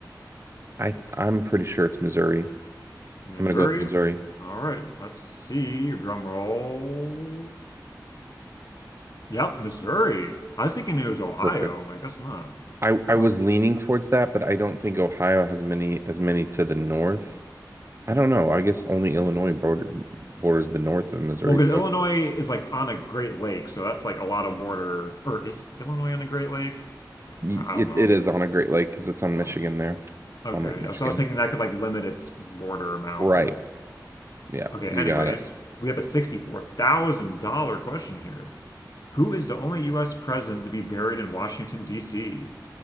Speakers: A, on the right; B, on the left.
A: I I'm pretty sure it's Missouri.
B: Missouri.
A: I'm gonna go with Missouri.
B: All right, let's see your drum roll. Yep, Missouri. I was thinking it was Ohio.
A: Perfect.
B: I'm like, that's not.
A: I I was
B: Huh.
A: leaning towards that, but I don't think Ohio has many as many to the north. I don't know. I guess only Illinois border, borders the north of Missouri,
B: Well, because
A: so
B: Illinois is like on a Great Lake, so that's like a lot of border. Or is Illinois on a Great Lake?
A: y-
B: I,
A: it
B: I don't know.
A: it is on a Great Lake because it's on Michigan
B: Huh.
A: there,
B: Okay,
A: on Lake Michigan.
B: yeah, so I was thinking that could like limit its border amount,
A: Right.
B: but
A: Yeah,
B: okay,
A: you
B: anyways,
A: got it.
B: we have a $64,000 question here. Who is the only US president to be buried in Washington, D.C.?